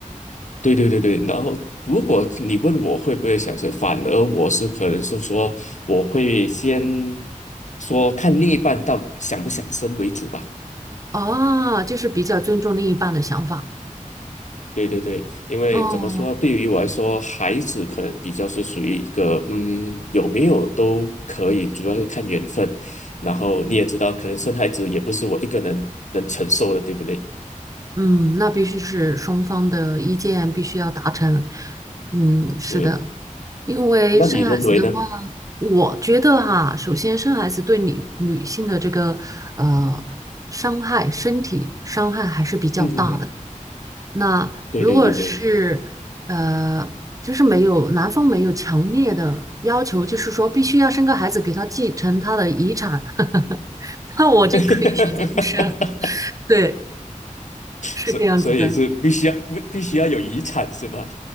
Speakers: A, on the left; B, on the right.
A: 对对对对，然后如果你问我会不会想生，反而我是可能是说我会先说看另一半到底想不想生为主吧。
B: 啊，就是比较尊重另一半的想法。
A: 对对对，因为怎么说，
B: 哦，
A: 对于我来说，孩子可能比较是属于一个，嗯，有没有都可以，主要是看缘分。然后你也知道，可能生孩子也不是我一个人能承受的，对不对？
B: 嗯，那必须是双方的意见必须要达成。嗯，是的。
A: 是，
B: 因为生孩子的话，
A: 那你认为呢？
B: 我觉得哈，首先生孩子对女女性的这个呃伤害，身体伤害还是比较大的。
A: 嗯哼哼，
B: 那如果是呃，
A: 对对对对，
B: 就是没有男方没有强烈的要求，就是说必须要生个孩子给他继承他的遗产，<laughs> 那我就可以选择不生。
A: <laughs>
B: <laughs> 对，是这样子的。
A: 所所以是必须要不必须要有遗产是吧？